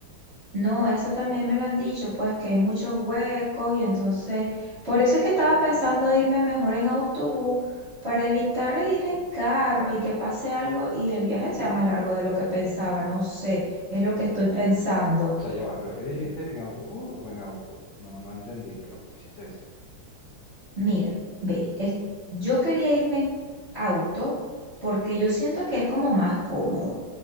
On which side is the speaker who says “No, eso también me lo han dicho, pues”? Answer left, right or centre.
Right